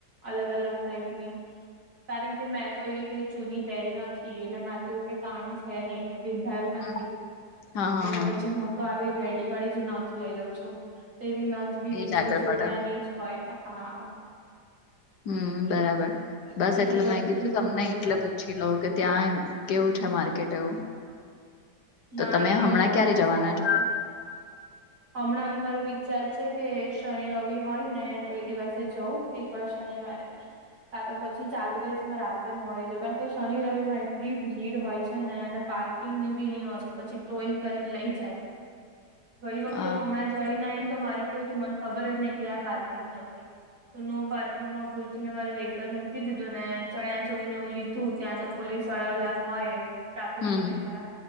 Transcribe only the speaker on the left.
હમ્મ,
હા હા
હા
એજ આગળ
પડે
હમ બરાબર બસ
એટલું
મા ગીધું તમને
એટલે
પછી લોઉ કે ત્યાં કેવું છે માર્કેટ એવું? તો
તમે
હમણાં
ક્યારે
જવાના
છો?
અ
હમ